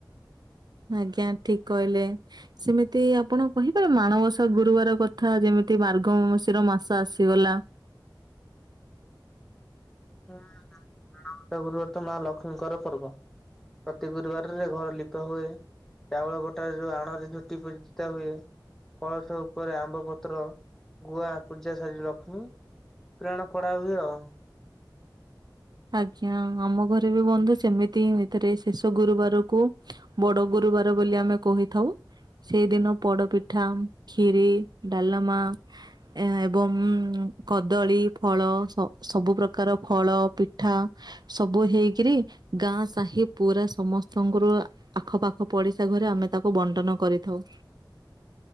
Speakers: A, on the right; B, in the centre.
A: ଆଜ୍ଞା ଠିକ କହିଲେ। ସେମିତି ଆପଣ କହପାରେ ମାଣବସା ଗୁରୁବାର କଥା ଯେମିତି ମାର୍ଗ ମାଶିର ମାସ ଆସିଗଲା।
B: ହୁଁଟ ଗୁର୍ବର ତ ମା ଲକ୍ଷ୍ମୀଙ୍କର ପର୍ବ। ପ୍ରତି ଗୁରୁବାରରେ ଘର ଲିପା ହୁଏ। ଚାଉଳ ବଟା ଯଉ ଆଣରେ ଝୁଟି ପୂଜିତା ହୁଏ। କଳସ ଉପରେ ଆମ୍ବ ପତ୍ର ଗୁଆ ପୂଜା ସାରିଲ ଲକ୍ଷ୍ମୀ। ପ୍ରାଣ ପଡା ହୁଏ ଆଉ।
A: ଆଜ୍ଞା ଆମ ଘରେ ବି ବନ୍ଧୁ ସେମିତି ଏଥିରେ ଶେଷ ଗୁରୁବାରକୁ। ବଡ ଗୁରୁବାର ବୋଲି ଆମେ କହିଥାଉ। ସେଇଦିନ ପୋଡପିଠା ଖିରି ଡାଲମା। ଏ ଏବଂ କଦଳୀ ଫଳ ସବୁ ପ୍ରକାର ଫଳ ପି ଉଠା ସବୁ ହେଇକିରି ଗାଁ ସାହି ପୁରା ସମସ୍ତଙ୍କର ଆଖପାଖ ପଡିଶା ଘରେ ଆମେ ତାକୁ ବଣ୍ଟନ କରିଥାଉ।